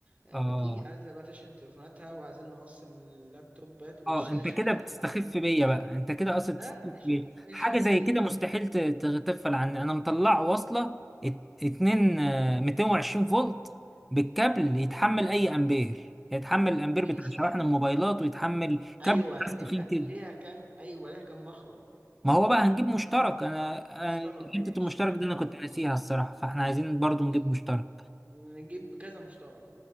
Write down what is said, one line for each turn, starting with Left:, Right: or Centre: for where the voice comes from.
Right: آه،
Centre: اه
Right: بتيجي عايزة بقى تشحن تليفوناتها وعايزين نوصل اللابتوبات والشاشة
Centre: اه انت كده
Right: اللي انت
Centre: بتستخف
Right: قلت عليهم
Centre: بيا بقى انت كده اصلا بتستخف
Right: لا مش
Centre: بيا
Right: مش
Centre: حاجة
Right: هستخدم
Centre: زي كده مستحيل ت- تغفل عني انا مطلع واصلة ات- اتنين آه، 220 فولت بالكابل يتحمل اي امبير يتحمل الامبير
Right: ماشي
Centre: بتاع شواحن الموبايلات ويتحمل كابل
Right: ايوه
Centre: بتاع
Right: ليها
Centre: تخين كده
Right: ليها كام ايوه ليها كام مخرج
Centre: ما هو بقى هنجيب مشترك انا
Right: مشترك
Centre: أنا-
Right: ماشي
Centre: حته المشترك
Right: لا
Centre: دي
Right: خلاص
Centre: انا كنت ناسيها الصراحه فاحنا عايزين برضو
Right: خلاص
Centre: نجيب مشترك
Right: نجيب كذا مشترك